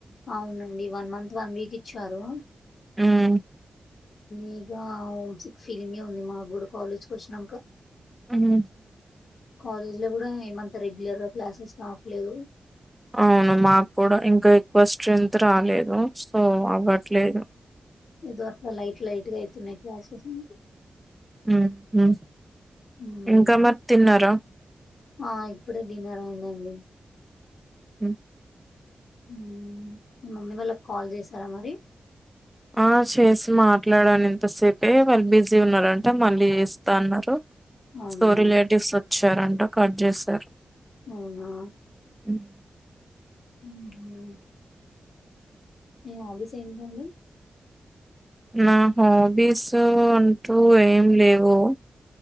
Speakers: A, on the left; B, in the centre.
A: అవునండి వన్ మంత్ వన్ వీక్ ఇచ్చారు.
B: ఉమ్
A: ఇగ హోమ్ సిక్ ఫీలింగే ఉంది మాకు కూడా కాలేజ్కి వచ్చినంక.
B: ఉహు
A: కాలేజ్ లో గుడ ఏమంత రెగ్యులర్ గా క్లాసెస్ ఆపలేవ్.
B: అవును మాకు కూడ ఇంకా ఎక్కువ స్ట్రెంగ్త్ రాలేదు సో అవ్వట్లేదు.
A: ఏదో అట్ల లైట్ లైట్ గా అయితున్నయి క్లాసెస్ అంతె.
B: ఉహు,
A: హ్మ్.
B: ఇంకా మరి తిన్నారా?
A: ఆ ఇప్పుడే డిన్నర్ అయిందండి.
B: ఉమ్
A: ఉమ్ మీ మమ్మీ వాళ్ళకి కాల్ చేసారా మరి?
B: ఆ ఫస్ట్ చేసి మాట్లాడాను ఇంతసేపే, వాళ్ళు బిజీ ఉన్నరంటే మళ్ళీ చేస్తా అన్నరు.
A: అవునా!
B: సో రిలేటివ్స్ వచ్చారంట కట్ చేశారు.
A: అవునా?
B: ఉమ్
A: ఉహు మీ హాబీస్ ఏంటండి?
B: నా హాబీసు అంటూ ఏం లేవు.